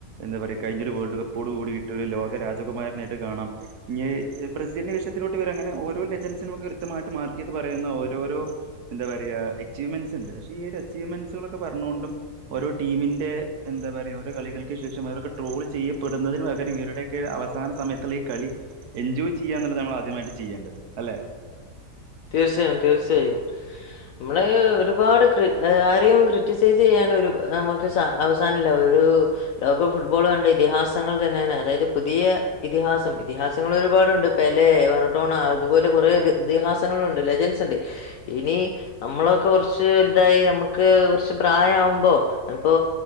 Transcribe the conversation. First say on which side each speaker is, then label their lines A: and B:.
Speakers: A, on the right; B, on the left.
A: എന്താ പറയാ കഴിഞ്ഞൊരു വേൾഡ് കപ്പോട് കൂടിയിട്ട് ഒരു ലോക രാജകുമാരനായിട്ട് കാണാം ഇ ബ്രസീലിന്റെ വിഷയത്തിലോട്ട് വരും അങ്ങനെ ഓരോ ലെജൻസിനും ഒക്കെ എടുത്തു മാറ്റ മാർക്ക് ചെയ്ത് പറയുന്ന ഓരോരോ എന്ത പറയാ അച്ചീവ്മെന്റ്സ് ഉണ്ട് പക്ഷെ ഈ ഒരു അച്ചീവ്മെന്റ്സുകളൊക്കെ പറഞ്ഞുകൊണ്ടും ഓരോ ടീമിന്റെ എന്താ പറയ്ക ഓരോ കളികൾക്ക് ശേഷം അവരൊക്കെ ട്രോൾ ചെയ്യപ്പെടുന്നതിന് പകരം ഇവരുടെക്കെ അവസാന സമയത്തുള്ള ഈ കളി എൻജോയ് ചെയ്യാ എന്നുള്ളതാണ് നമ്മൾ ആദ്യമായിട്ട് ചെയ്യേണ്ടത് അല്ലെ
B: തീർച്ചയായും തീർച്ചയായും മ്മള് ഒരുപാട് കൃ ആരെയും ക്രിറ്റിസൈസ് ചെയ്യാൻ ഒരു നമുക്ക് സ അവസാനല്ല ഒരു ലോക ഫുട്ബോൾ കണ്ട ഇതിഹാസങ്ങൾ തന്നെയാണ് അതായത് പുതിയ ഇതിഹാസം ഇതിഹാസങ്ങൾ ഒരുപാടുണ്ട് പെലെ, മറഡോണ അതുപോലേ കൊറെ ഇതിഹാ <unintelligible> ലജൻസ് ണ്ട് ഇനി നമ്മളൊക്കെ കൊറച്ച് വൽതായി നമ്മുക്ക് കൊറച്ച് പ്രായ ആവുമ്പോ അപ്പോ